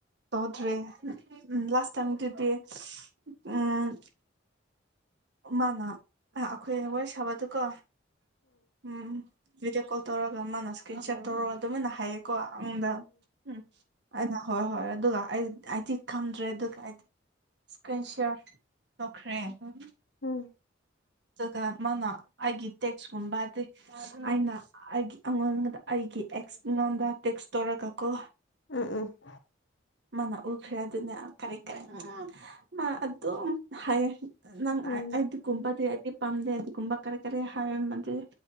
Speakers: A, on the right; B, on the left.
A: ꯇꯧꯗ꯭ꯔꯦ ꯎꯝ ꯎꯝ ꯂꯥꯁ ꯇꯥꯏꯝꯗꯨꯗꯤ ꯁꯁ ꯎꯝ ꯃꯥꯅ ꯑꯥ ꯑꯈꯣꯏ ꯋꯥꯔꯤ ꯁꯥꯕꯗꯨꯀꯣ ꯎꯝ ꯚꯤꯗꯤꯑꯣ ꯀꯣꯜ ꯇꯧꯔꯒ ꯃꯥꯅ ꯏꯁꯀ꯭ꯔꯤꯟ ꯁꯤꯌꯔ ꯇꯧꯔꯣ ꯑꯗꯨꯃꯥꯏꯅ ꯍꯥꯏꯌꯦꯀꯣ ꯑꯩꯉꯣꯟꯗ ꯎꯝ ꯑꯩꯅ ꯍꯣꯏ ꯍꯣꯏ ꯑꯗꯨꯒ ꯑꯩ ꯑꯩꯗꯤ ꯈꯪꯗ꯭ꯔꯦ ꯑꯗꯨꯒ ꯑꯩꯗꯤ ꯏꯁꯀ꯭ꯔꯤꯟ ꯁꯤꯌꯔ ꯇꯧꯈ꯭ꯔꯦ ꯎꯝ
B: ꯎꯝ
A: ꯆꯒ ꯃꯥꯅ ꯑꯩꯒꯤ ꯇꯦꯛꯁꯀꯨꯝꯕ ꯍꯥꯏꯕꯗꯤ ꯑꯩꯅ ꯑꯩꯒꯤ ꯑꯩꯉꯣꯟꯗ ꯑꯩꯒꯤ ꯑꯦꯛꯁ ꯉꯣꯟꯗ ꯇꯦꯛꯁ ꯇꯧꯔꯒꯀꯣ
B: ꯎꯝ ꯎꯝ
A: ꯃꯥꯅ ꯎꯈ꯭ꯔꯦ ꯑꯗꯨꯅ ꯀꯔꯤ ꯀꯔꯪ ꯃꯥ ꯑꯗꯨꯝ ꯍꯥꯏꯌꯦ ꯅꯪ
B: ꯎꯝ
A: ꯑꯥꯏ ꯑꯩꯗꯤ ꯀꯨꯝꯄꯗꯤ ꯑꯩꯗꯤ ꯄꯥꯝꯗꯦ ꯑꯗꯨꯒꯨꯝꯕ ꯀꯔꯤ ꯀꯔꯤ ꯍꯥꯏꯔꯝꯃꯗꯤ